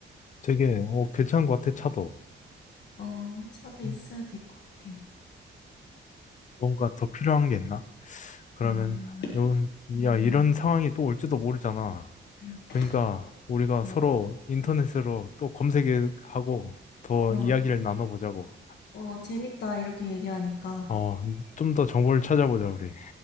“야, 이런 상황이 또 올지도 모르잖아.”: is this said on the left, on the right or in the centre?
Left